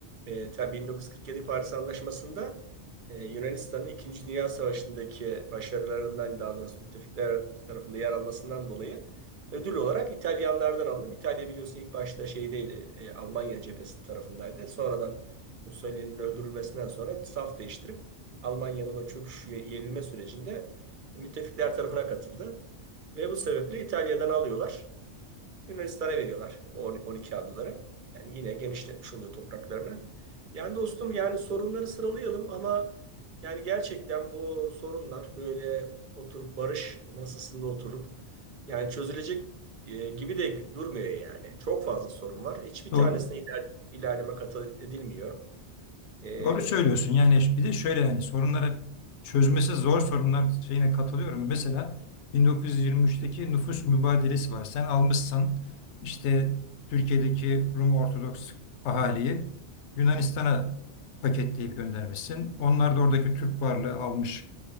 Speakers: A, on the right; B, on the left.
A: E, ta- 1947 Paris Anlaşması'nda e, Yunanistan'ın İkinci Dünya Savaşı'ndaki başarılarından daha doğrusu müttefikler tarafında yer almasından dolayı ödül olarak İtalyanlardan alınıp İtalya biliyorsun ilk başta şeydeydi e, Almanya cephesi tarafındaydı. Sonradan Mussolini'nin öldürülmesinden sonra saf değiştirip Almanya'nın o çöküş ye- yenilme sürecinde müttefikler tarafına katıldı. Ve bu sebeple İtalya'dan alıyorlar. Yunanistan'a veriyorlar o 12 adaları. Yani yine genişletmiş oluyor topraklarını. Yani dostum yani sorunları sıralayalım ama yani gerçekten bu sorunlar böyle oturup barış masasında oturup yani çözülecek e, gibi de durmuyor yani. Çok fazla sorun var. Hiçbir
B: Doğru.
A: tanesine iler, ilerleme kat edilmiyor. E,
B: Doğru söylüyorsun. Yani bir de şöyle yani sorunlara çözmesi zor sorunlar şeyine katılıyorum. Mesela 1923'teki nüfus mübadelesi var. Sen almışsın işte Türkiye'deki Rum Ortodoks ahaliyi Yunanistan'a paketleyip göndermişsin. Onlar da oradaki Türk varlığı almış